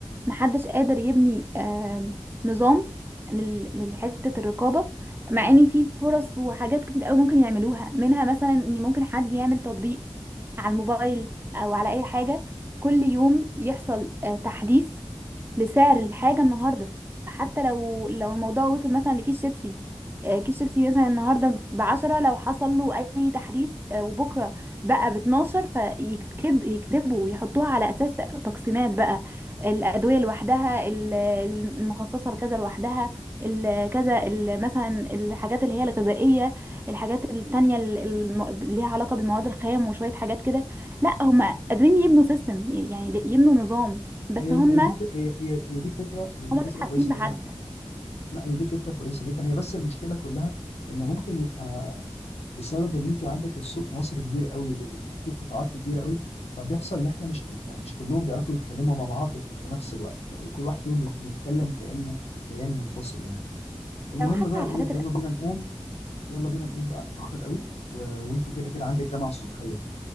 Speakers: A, on the right (about 20°); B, on the left (about 80°).
A: محدش قادر يبني آم، نظام لل- لحتة الرقابة مع ان في فرص وحاجات كتير قوي ممكن يعملوها منها مثلا ان ممكن حد يعمل تطبيق على الموبايل او على اي حاجة كل يوم يحصل آه، تحديث لسعر الحاجة النهاردة حتى لو لو الموضوع وصل مثلا لكيس شيبسي آه، كيس شيبسي مثلا النهاردة بعشرة لو حصل له أي تحديث آه، وبكرة بقى باتناشر فيكتب يكتبوا ويحطوها على أساس تق- تقسيمات بقى الأدوية لوحدها ال- المخصصة لكذا لوحدها ال- كذا ال- مثلا الحاجات اللي هي الغذائية الحاجات التانية ال- الم- اللي ليها علاقة بالمواد الخام وشوية حاجات كده لا هم قادرين يبنوا سيستم يعني يبنوا نظام بس
B: هي
A: هم
B: دي هي دي هي هي هي دي فكره هي دي
A: هما
B: فكره
A: مش حاسين
B: كويسه
A: بحد
B: جدا لا هي دي فكرة كويسة جدا هي بس المشكلة كلها إن ممكن يبقى بسبب إن أنت عندك السوق في مصر كبير قوي وفي قطاعات كتير قوي فبيحصل إن إحنا مش كل- يعني مش كلهم بيعرفوا يتكلموا مع بعض في نفس الوقت فكل واحد فيهم بيت- بيتكلم كأنه كيان منفصل يعني المهم
A: لو حتى
B: بقى
A: على
B: إيه
A: الحاجات الأساسية
B: يلا بينا نقوم يلا بينا نقوم بقى اتأخر قوي و... وأنت كده كده عندك جامعة الصبحية